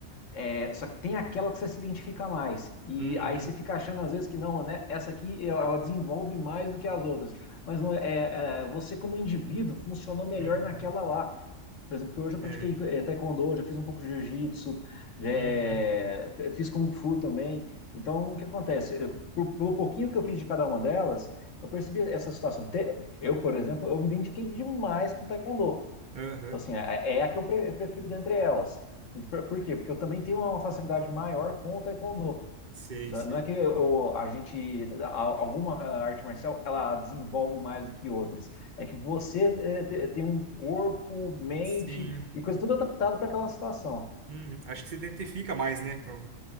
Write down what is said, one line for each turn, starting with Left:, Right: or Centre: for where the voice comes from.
Left: É, só que tem aquela que você se identifica mais. E
Right: uhum,
Left: aí você fica achando às vezes que não, né? Essa aqui ela ela desenvolve mais do que as outras. Mas não é, é, você como indivíduo funcionou melhor
Right: uhum,
Left: naquela lá. Por exemplo, que hoje eu
Right: é,
Left: pratiquei eh, taekwondo, já fiz um pouco de jiu-jitsu, eh,
Right: uhum,
Left: f- fiz kung fu também. Então, o que acontece? Eu, por- pelo pouquinho que eu fiz de cada uma delas, eu percebi essa situação. Te- Eu, por exemplo, eu me identifiquei demais com taekwondo.
Right: aham,
Left: Então, assim, é é a que eu pre- eu prefiro dentre elas. E Por por quê? Porque eu também tenho uma facilidade maior com o taekwondo.
Right: sei,
Left: Né?
Right: sei.
Left: Não é que eu- a gente, a- alguma ah, arte marcial, ela desenvolve mais do que outras. É que você eh, te- tem um corpo, mente
Right: Sim,
Left: e coisa tudo adaptado para aquela situação.
Right: uhum. Acho que se identifica mais, né, com